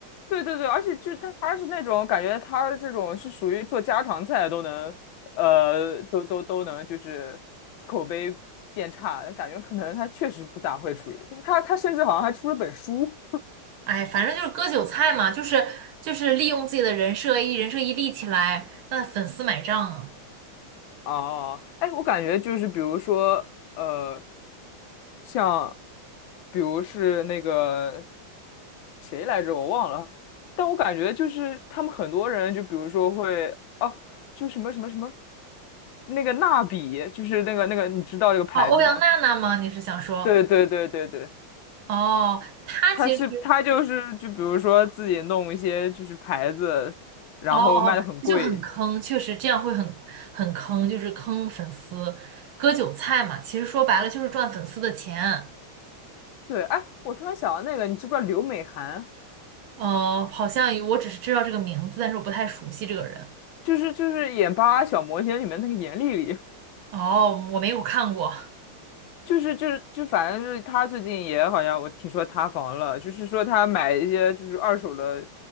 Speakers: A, on the left; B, on the right.
A: 对对对，而且就是他他是那种感觉，他这种是属于做家常菜都能，呃，都都都能就是口碑变差，感觉可能他确实不咋会厨艺，他他甚至好像还出了本书
B: 哎，反正就是割韭菜嘛，就是就是利用自己的人设一人设一立起来，那粉丝买账啊。
A: 哦，哎，我感觉就是比如说呃。像比如是那个谁来着，我忘了，但我感觉就是他们很多人，就比如说会哦，就什么什么什么那个蜡笔，就是那个那个，你知道这个牌子吗？
B: 哦，欧阳娜娜吗？你是想说？
A: 对对对对对，
B: 哦，她其实
A: 他是他就是就比如说自己弄一些就是牌子，然后卖的很贵。
B: 哦哦，这就很坑，确实这样会很很坑，就是坑粉丝，割韭菜嘛。其实说白了就是赚粉丝的钱。
A: 对，哎，我突然想到那个，你知不知道刘美含？
B: 呃，好像我只是知道这个名字，但是我不太熟悉这个人。
A: 就是就是演《巴啦小魔仙》里面那个严莉莉。
B: 哦，我没有看过。
A: 就是就是就反正就是他最近也好像我听说塌房了，就是说他买一些就是二手的